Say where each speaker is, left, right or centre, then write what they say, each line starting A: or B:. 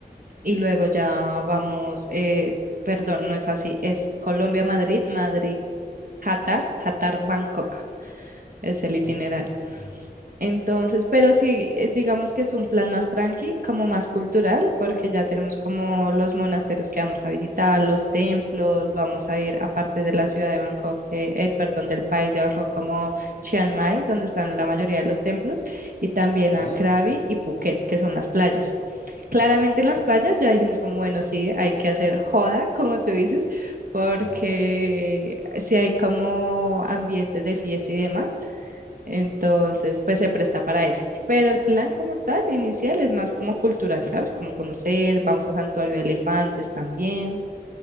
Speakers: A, on the right (about 55°); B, on the left (about 45°).
A: y luego ya vamos, eh, perdón, no es así, es Colombia-Madrid, Madrid-Qatar, Qatar-Bangkok es el
B: Ah,
A: itinerario.
B: ya.
A: Entonces, pero sí, eh, digamos que es un plan más tranqui, como más cultural, porque ya tenemos como los monasterios que vamos a visitar, los templos, vamos a ir aparte de la ciudad de Bangkok, eh, eh, perdón, del país de Bangkok, como Chiang Mai, donde están la mayoría de los templos, y también
B: ¿Ya?
A: a Krabi y Phuket, que son las playas. Claramente en las playas ya dijimos como, bueno, sí, hay que hacer joda, como tú dices, porque
B: Joda.
A: si hay como ambientes de fiesta y demás entonces, pues se presta para eso. Pero el plan como tal, inicial, es más como cultural, ¿sabes? Como conocer, vamos a Santuario de Elefantes también.